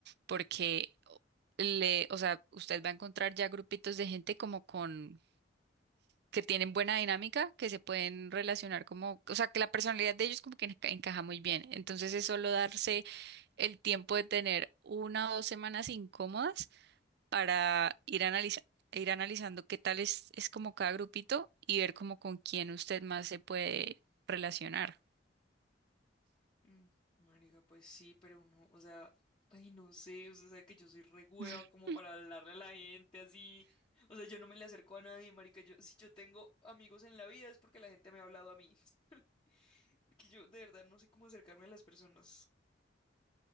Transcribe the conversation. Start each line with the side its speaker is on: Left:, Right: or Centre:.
Right: porque le, o sea, usted va a encontrar ya grupitos de gente como con que tienen buena dinámica, que se pueden relacionar como, o sea, que la personalidad de ellos como que enca- encaja muy bien. Entonces es solo darse el tiempo de tener una o dos semanas incómodas para ir analiza- ir analizando qué tal es, es como cada grupito y ver como con quién usted más se puede relacionar.
Left: Mm, marica, pues sí, pero uno, o sea, ay, no sé, o sea, que yo soy re hueva
Right: <laughs>
Left: como para hablarle a la gente así. O sea, yo no me le acerco a nadie, marica. Yo, si yo tengo amigos en la vida es porque la gente me ha hablado a mí. <laughs> Porque yo de verdad no sé cómo acercarme a las personas.